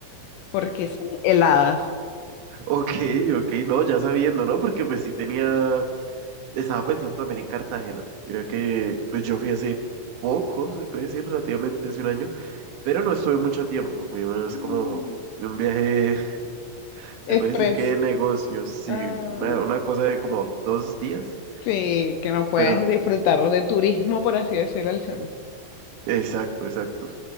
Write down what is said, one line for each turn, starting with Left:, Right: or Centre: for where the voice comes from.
Left: porque son heladas.
Right: Ok, ok, no, ya sabiendo, ¿no? Porque pues sí tenía... Estaba pensando también en Cartagena. Mira que pues yo fui hace poco, se puede decir, relativamente hace un año, pero no estuve mucho tiempo. Fui más
Left: Mm.
Right: como un viaje, <laughs> se
Left: Express.
Right: puede decir que de negocios, sí,
Left: Ah,
Right: una, una cosa de como dos días,
Left: sí, que no puedes
Right: pero
Left: disfrutar de turismo, por así decirlo, al sur.
Right: exacto, exacto.